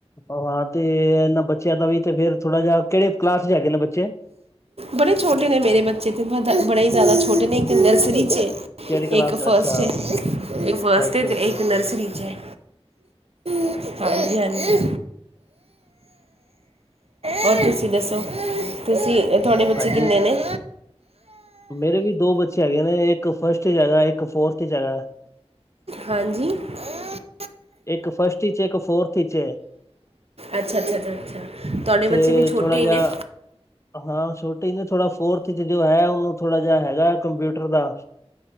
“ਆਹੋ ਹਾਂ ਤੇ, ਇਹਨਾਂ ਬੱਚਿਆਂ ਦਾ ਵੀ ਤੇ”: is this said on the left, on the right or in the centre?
Left